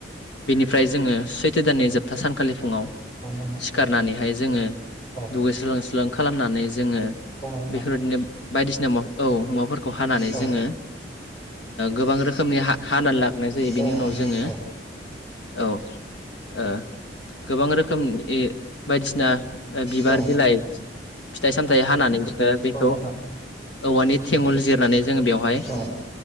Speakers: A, on the left (about 80°); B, on the left (about 35°).
A: ओमफ्राय जोङो सैथो दाननि जोबथा सानखालि फुङाव
B: खालामो नोंथां।
A: नानैहाय जोङो
B: औ
A: दुगैस्रां लोबस्रां खालामनानै जोङो
B: औ नोंथां
A: बेफोरबायदिनो बायदिसिना मुवा औ मुवाफोरखौ हानानै
B: औ
A: जोङो गोबां रोखोमनि हाना लागोनाय जायो
B: औ
A: बेनि
B: नोंथां
A: उनाव जोङो
B: औ
A: औ ओ गोबां रोखोमनि बायदिसिन बिसिना बिबार
B: औ
A: बिलाइ फिथाइ सामथाय हानानै जोङो बेखौ
B: औ नोंथां
A: औवा थेङल जिरनानै जों बेवहाय
B: औ